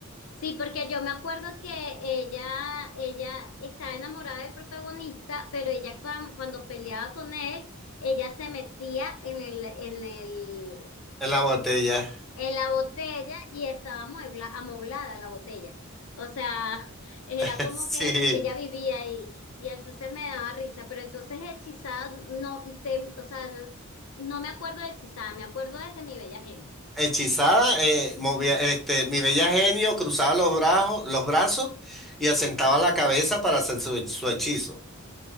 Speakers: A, on the left; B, in the centre.
A: Sí, porque yo me acuerdo que ella, ella estaba enamorada del protagonista, pero ella cuan- cuando peleaba con él, ella se metía en el, en el,
B: En la botella,
A: en la botella y estaba amuebla, amoblada la botella. O sea, <laughs> era
B: <laughs>
A: como
B: sí.
A: que ella vivía ahí y entonces me daba risa, pero entonces hechizada no te, o sea, no, no me acuerdo de hechizada, me acuerdo desde mi bella genio.
B: Hechizada, eh, movía, este, mi bella genio cruzaba los brazos, los brazos y asentaba la cabeza para hacer su, su hechizo.